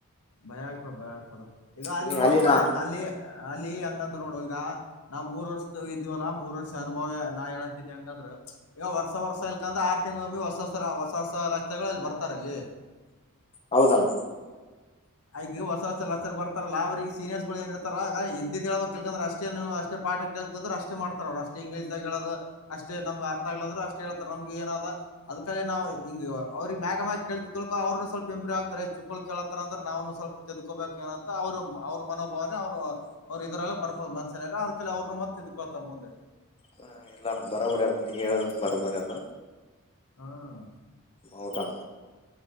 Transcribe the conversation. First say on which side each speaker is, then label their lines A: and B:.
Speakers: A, on the left; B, on the left.
A: ಭಯ ಆಗ್ತದೆ ಭಯ ಆಗ್ತದೆ ಈಗ ಅಲ್ಲಿ
B: ಹ್ಮ್
A: ನೋಡಪ್ಪ
B: ಅಲ್ಲಿನ
A: ಅಲ್ಲಿ ಅಲ್ಲಿ ಹಂಗಂದ ನೋಡು ಈಗ ನಾವ್ ಮೂರ್ ವರ್ಷದ ಇದ್ಯವಲ್ಲಾ ಮೂರ್ ವರ್ಷ ಅನುಭವ ನಾ ಹೇಳತೀನಿ ಹಂಗಂದ್ರ ಈಗ ವರ್ಸ ವರ್ಷ ಇಲ್ಕಂದ್ರೆ ಆರು ತಿಂಗ್ಗಳಮ್ಮ ಹೊಸ ಹೊಸ ಹೊಸ ಹೊಸ ಲತಗಳಲ್ಲಿ ಬರ್ತಾರ ಅಲ್ಲಿ
B: ಹೌದಣ್ಣ
A: ಆಗ ಹೊಸ ಹೊಸ ಅ ಲೆಕ್ಚರ್ ಬರ್ತಾರಲ್ಲ ಅವ್ರರಿಗೆ ಸೀನಿಯರ್ಸ್ ಏ ಇರ್ತಾರ ಅಗ ಇದ್ದಿದ್ದ್ ಹೇಳಳ್ಬೇಕಕ್ ಕಲ್ಕಂದ್ರೆಷ್ಟ ಅಷ್ಟೇ ಪಾಠ ಕೇಳ್ತದ ಅಷ್ಟೇ ಮಾಡ್ತಾರ ಅವರುಷ್ಟ ಇಂಗ್ಲೀಷದಾಗ ಹೇಳದು ಅಷ್ಟೇ ನಮ್ ಅಥಗ್ಲದ್ರರು ಅಷ್ಟ್ ಹೇಳ್ತಾರ ನಮ್ಗ್ ಏನಾದ ಅದಕಡಲೆ ನಾವು ಹಿಂಗ್ ಅವ್ರರಿಗೆ ಮಾಗ್ಯಾಗ ಕೇಳತಿದ ತಿಳ್ಕ ಅವ್ರರುನು ಸ್ವಲ್ಪ ಇಂಪ್ರೂ ಆಗ್ತಾರೆ. ಚಕ್ಕಳ್ ಕೇಳತಾರಂತ, ಆದ್ರೇ ನಾನು ಸ್ವಲ್ಪ ತೆದ್ಕೋಬೇಕು ಏನಂತ ಅವ್ರರು ಅವ್ರ ಮನೋಭಾವನೆ ಅವ್ರು. ಅವ್ರರು ಇದ್ರಾಗ ಬರ್ತದ ಮನ್ಸನ್ನಾಗ ಅದಕಲ್ಲಿ ಅವ್ರರುನು ಮತ್ತೆ ತಿ ದ್ಕೋಳ್ತಾರ ಮುಂದೆ
B: ಹಾ ಇಲ್ಲ ಅಣ್ಣ ಬರಬರಿ ಆದ ನಿ ಹೇಳೋದ್ನ ಬರಬರಿ ಆದ.
A: ಹ್ಮ್
B: ಹೌದಣ,